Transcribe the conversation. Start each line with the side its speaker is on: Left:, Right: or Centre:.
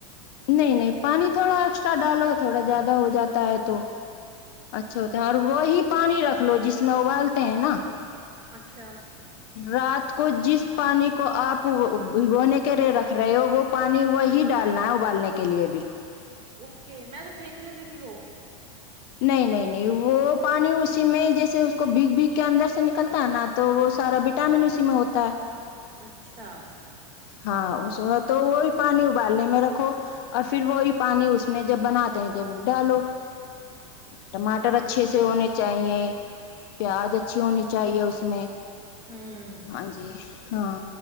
Left: نہیں نہیں پانی تھوڑا ایکسٹرا ڈالو تھوڑا زیادہ ہو جاتا ہے تو اچھے ہوتے
Right: ہ
Left: ہیں اور وہی پانی رکھ لو جس میں ابالتے ہیں نا
Right: اچھا
Left: رات کو جس پانی کو کو آپ بگونے کے رے رکھ رہے ہو وہ پانی وہی ڈالنا ہے ابالنے کے لیے بھی
Right: اوکے میں تو پھینک دیتی تھی وہ
Left: نہیں نہیں نہیں وہ پانی اسی میں جیسے اس کو بھیگ بھیگ کے اندر سے نکلتا ہے نا تو وہ سارا وٹامن اسی میں ہوتا ہے
Right: اچھا
Left: ہاں اس میں تو وہی پانی ابالنے میں رکھو اور پھر وہی پانی اس میں جب بناتے ہیں جب ڈالو ٹماٹر
Right: ہاں
Left: اچھے
Right: یہ
Left: سے ہونے چاہیے پیاز اچھی
Right: ہاں
Left: ہونی چاہیے اس <inaudible>
Right: ہوں
Left: ہاں جی ہاں